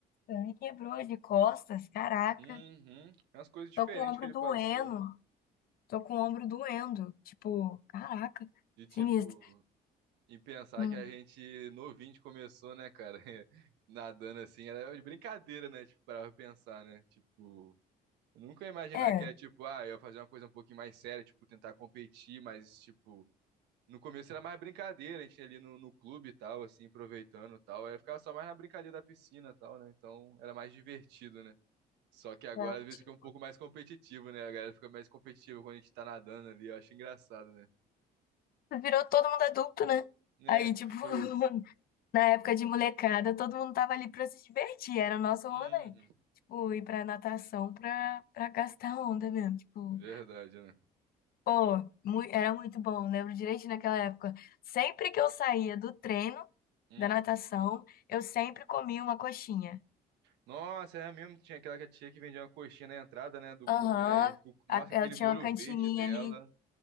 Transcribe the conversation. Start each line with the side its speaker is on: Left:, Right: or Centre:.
Left: me quebrou de costas, caraca.
Right: Uhum. É umas coisas diferentes
Left: Tô com o ombro
Right: que ele
Left: doendo.
Right: passou.
Left: Tô com o ombro doendo. Tipo, caraca,
Right: De, tipo,
Left: sinistro.
Right: e pensar
Left: Hum,
Right: que a gente novinho que começou, né, cara? <laughs> Nadando assim, era de brincadeira, né? Tipo, pra pensar, né? Tipo. Eu nunca ia imaginar
Left: É.
Right: que é tipo, ah, eu ia fazer uma coisa um pouquinho mais séria, tipo, tentar competir, mas, tipo, no começo era mais brincadeira, a gente ia ali no, no clube e tal, assim, aproveitando e tal. Aí ficava só mais na brincadeira da piscina e tal, né? Então era mais divertido, né? Só que agora
Left: Não,
Right: às vezes
Left: tipo,
Right: fica um pouco mais competitivo, né? A galera fica mais competitiva quando a gente tá nadando ali, eu acho engraçado, né?
Left: virou todo mundo adulto, né?
Right: É,
Left: Aí,
Right: tipo
Left: tipo, <laughs>
Right: isso.
Left: na época de molecada, todo mundo tava ali pra se divertir, era o nosso
Right: Uhum,
Left: rolê. Tipo, ir pra natação pra, pra gastar onda mesmo. Tipo,
Right: verdade, né?
Left: pô, mu- era muito bom, lembro direito naquela época. Sempre que eu saía do treino,
Right: Hum.
Left: da natação, eu sempre comia uma coxinha.
Right: Nossa, é mesmo, tinha aquela que a tia que vendia uma coxinha na entrada, né, do
Left: Aham,
Right: clube, né? com- Nossa,
Left: a- ela
Right: aquele
Left: tinha
Right: molho
Left: uma cantininha
Right: verde dela.
Left: ali.